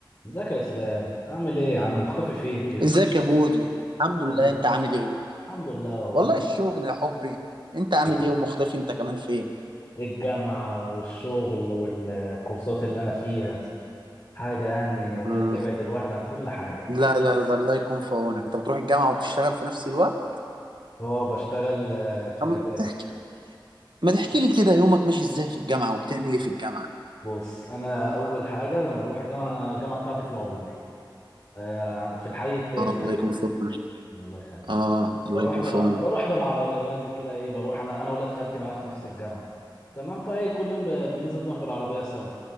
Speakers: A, on the left; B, on the right.
A: ازيك يا اسلام عامل ايه يا عم مختفي فين كده
B: ازيك يا بودي الحمد
A: الحمد
B: لله
A: لله
B: انت عامل ايه
A: الحمد لله والله
B: والله
A: مخ-
B: الشغل يا حبي انت عامل ايه ومختفي انت كمان فين
A: الجامعة والشغل والكورسات اللي انا فيها حاجة يعني الله
B: مم.
A: تبعد الواحد عن كل حاجة
B: لا لا ده الله يكون في عونك انت بتروح الجامعة وبتشتغل في نفس الوقت
A: اه بشتغل آه، في
B: طب
A: الاجازة
B: ما تح- ما تحكي لي كده يومك ماشي ازاي في الجامعة وبتعمل ايه في الجامعة
A: بص انا اول حاجة لما بروح الجامعة انا الجامعة بتاعتي في العبور آه، في الحي التاسع
B: اه الله
A: كده
B: يكون في عونك
A: الله يخليك
B: اه الله
A: بروح
B: يكون
A: بل...
B: في عونك
A: بروح بالعربيه بنزل كده ايه بروح انا انا ولاد خالتي معايا في نفس الجامعه تمام فايه كل يوم ب... بننزل نروح بالعربيه سوا